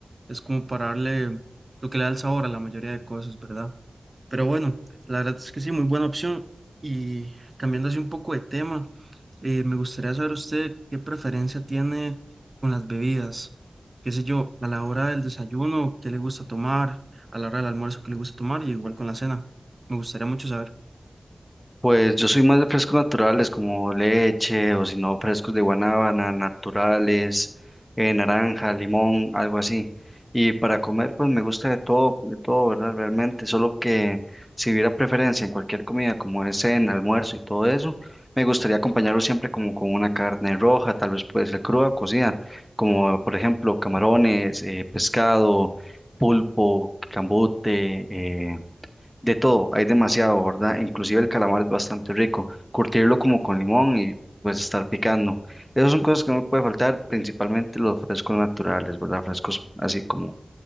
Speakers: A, on the right; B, in the centre.
A: Es como para darle lo que le da el sabor a la mayoría de cosas, ¿verdad? Pero bueno, la verdad es que sí, muy buena opción. Y cambiando así un poco de tema, eh, me gustaría saber usted qué preferencia tiene con las bebidas. Qué sé yo, a la hora del desayuno, qué le gusta tomar, a la hora del almuerzo, qué le gusta tomar, y igual con la cena. Me gustaría mucho saber.
B: Pues yo soy más de frescos naturales como leche o si no frescos de guanábana, naturales, eh, naranja, limón, algo así. Y para comer pues me gusta de todo, de todo, ¿verdad? Realmente, solo que si hubiera preferencia en cualquier comida como es cena, almuerzo y todo eso, me gustaría acompañarlo siempre como con una carne roja, tal vez puede ser cruda o cocida, como por ejemplo camarones, eh, pescado, pulpo, cambute, eh, de todo, hay demasiado, ¿verdad? Inclusive el calamar es bastante rico. Curtirlo como con limón y pues estar picando. Esas son cosas que no puede faltar, principalmente los frescos naturales, ¿verdad? Frescos así como